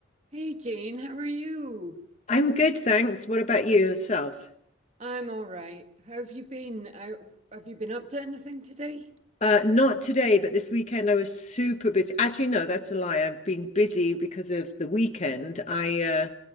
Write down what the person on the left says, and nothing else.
I'm good, thanks. What about you yourself?
Uh, not today, but this weekend I was super busy. Actually, no, that's a lie. I've been busy because of the weekend. I uh,